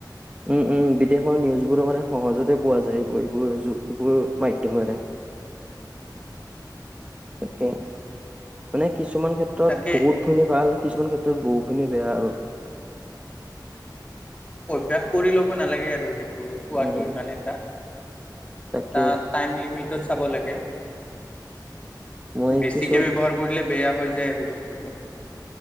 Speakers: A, on the right (about 15°); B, on the left (about 15°).
A: উম, উম, বিদেশৰ নিউজবোৰো মানে সহজতে পোৱা যায় এইোৰ এইবোৰ এইবোৰ মাধ্যমেৰে।
B: <unintelligible>
A: তাকে, মানে কিছুমান ক্ষেত্ৰত
B: তাকে
A: বহুত মানে ভাল। কিছুমান ক্ষেত্ৰত বহুখিনি বেয়া আৰু।
B: অভ্যাস কৰি ল'ব নালাগে আৰু সেইটো আৰু চোৱাটো
A: উম
B: ইমান এটা
A: তাকে
B: এটা টাইম লিমিটেত চাব লাগে।
A: মই
B: বেছিকে
A: কিছুমান
B: ব্যৱহাৰ কৰিলে বেয়া হৈ যায় আৰু বস্তুটো।